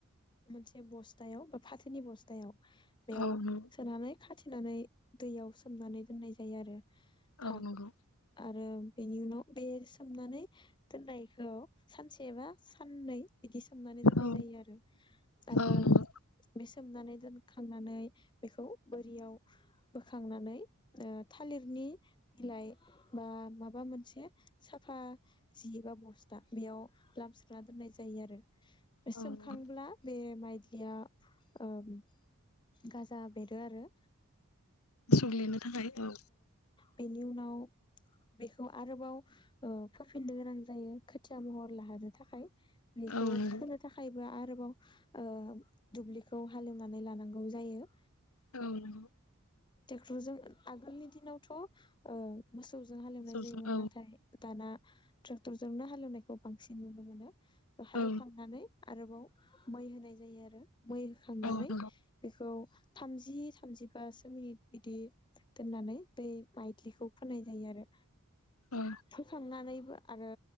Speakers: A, on the left; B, on the left.
A: मोनसे बस्थायाव बा फाथोनि बस्थायाव बेयाव
B: औ नंगौ
A: सोनानै खाथेनानै दैयाव सोमनानै दोननाय जायो आरो। हा
B: ओ नोंगौ
A: आरो बेनि उनाव बे सोमनानै दोननायखौ सानसेबा साननै बिदि सोमनानै दोननाय
B: औ
A: जायो आरो। आरो
B: नंगौ
A: बे सोमनानै दोनखांनानै बेखौ बोरियाव बोखांनानै ओ थालिरनि बिलाइ बा माबा मोनसे साफा जि बा बस्था बेयाव लामस्रोना दोननाय जायो आरो।
B: औ
A: सोमखांब्ला
B: नंगौ
A: बे माइ लिया ओम गाजा बेरो आरो।
B: सुग्लिनो थाखाय औ
A: बेनि उनाव बेखौ आरोबाव ओ फोफिननो गोनां जायो खोथिया महर लाहोनो थाखाय। बेखौ
B: औ नंगौ
A: फोनो थाखायबो आ रोबाव ओ दुब्लिखौ हालेवनानै लानांगौ जायो।
B: औ नोंगौ
A: ट्रेक्टरजों आगोलनि दिनावथ' ओं मोसौजों हालेवनाय
B: मोसौजों
A: जायोमोन
B: औ
A: नाथाय दाना ट्रेक्टर जोंनो हालेवनायखौ बांसिन नुनो मोनो। हालेवखांनानै
B: औ
A: आरोबाव मै होनाय जायो आरो। मै होखांनानै
B: औ नंगौ
A: बेखौ थामजि थामजिबासो मिनिट बिदि दोननानै बै माइथ्लिखौ फोनाय जायो आरो।
B: औ
A: फोखांनानै आरो